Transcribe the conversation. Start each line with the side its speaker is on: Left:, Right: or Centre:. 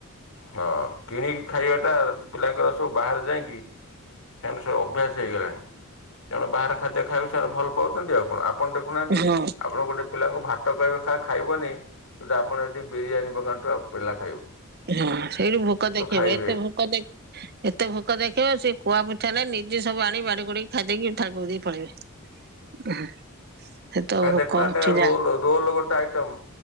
Left: ହଁ କିଣିକି ଖାଇବାଟା ପିଲାଙ୍କର ସବୁ ବାହାରେ ଯାଇଁକି ସେମାନେ ସବୁ ଅଭ୍ୟାସ ହେଇଗଲାଣି ତେଣୁ ବାହାର ଖାଦ୍ୟ ଖାଇବାକୁ ସେମାନେ ଭଲ ପାଉଛନ୍ତି ଆଉ କଣ। ଆପଣ ଦେଖୁନାହାନ୍ତି
Right: ହଁ
Left: ଆପଣ ଗୋଟେ ପିଲାଙ୍କୁ ଭାତ କହିବେ ଖା ଖାଇବନି ଯୋଉଠି ଆପଣ ଏଠି ବିରିୟାନୀ ମଗାନ୍ତୁ ଆମ ପିଲା ଖା
Right: ହଁ ସେଇଠୁ ଭୋକ ଦେଖେଇବ
Left: ଖାଇବେ
Right: ଏତେ ଭୋକ ଦେ ଏତେ ଭୋକ ଦେଖେଇବ ସେ କୁହା ଇଚ୍ଛା ହେଲେ ନିଜେ ସବୁ ଆଣି ବାଡି ବୁଢ଼ିକି ଖାଇଦେଇକି ଠାକୁଲ ଦେଇ ପଳେଇବେ। ସେତ
Left: ଏଇ
Right: ଭୋକ
Left: ଦେଖୁନାହାନ୍ତି
Right: ଅଛି ଯା
Left: ରୋଲ ରୋଲ ଗୋଟେ ଗୋଟେ ଆଇଟମ